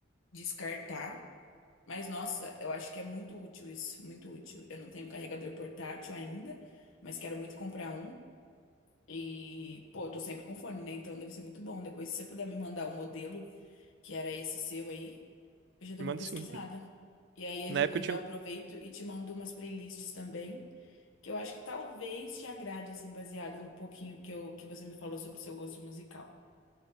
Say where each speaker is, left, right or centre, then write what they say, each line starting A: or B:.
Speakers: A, on the left (about 75°); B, on the right (about 55°).
A: descartar. Mas nossa, eu acho que é muito útil isso, muito útil. Eu não tenho carregador portátil ainda, mas quero muito comprar um. E, pô, eu tô sempre com fone, né? Então deve ser muito bom. Depois, se você puder me mandar o modelo, que era esse seu aí, eu já dou
B: Manda
A: uma pesquisada.
B: sim.
A: E aí
B: Na
A: a gen-
B: época
A: eu
B: eu
A: já
B: tinha.
A: aproveito e te mando umas playlists também, que eu acho que talvez te agrade, assim, baseada no pouquinho que, eu, que você me falou sobre o seu gosto musical.